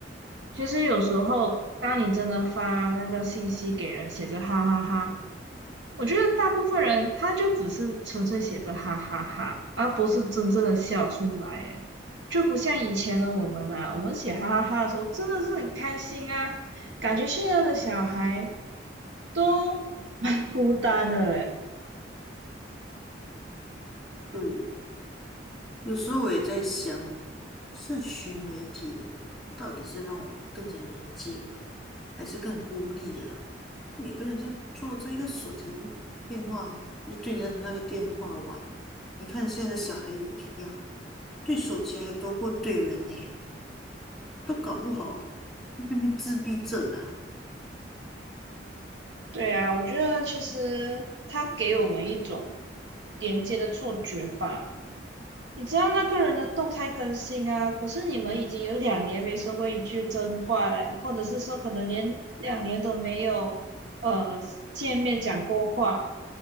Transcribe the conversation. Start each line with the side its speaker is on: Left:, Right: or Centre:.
Right: 其实有时候，当你真的发那个信息给人，写着哈哈哈。我觉得大部分人他就只是纯粹写着哈哈哈，而不是真正的笑出来，哎，就不像以前的我们啊，我们写哈哈哈的时候真的是很开心啊，感觉现在的小孩都蛮孤单的嘞。
Centre: 对，有时候我也在想，社群媒体到底是让我们更加连接，还是更孤立啊？每个人就做这一个手提电话，就对着那个电话玩啊。你看现在的小孩也一样，对手机还多过对人呢、都搞不好会变成自闭症啊。
Right: 对啊，我觉得其实他给我们一种连接的错觉吧。你知道那个人的动态更新啊，可是你们已经有两年没说过一句真话了，或者是说可能连两年都没有呃讲过话，